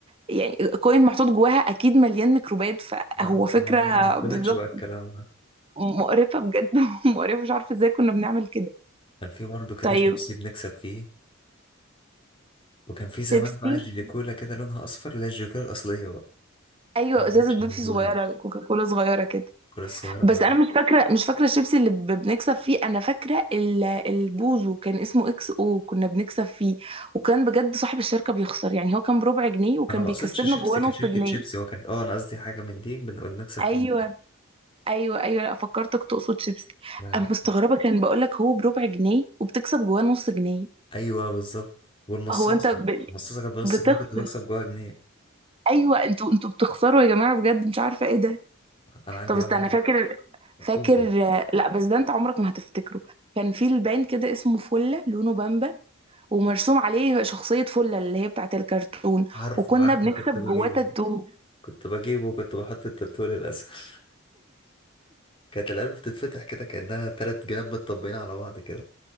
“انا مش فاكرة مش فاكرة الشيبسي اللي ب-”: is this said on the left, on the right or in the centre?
Right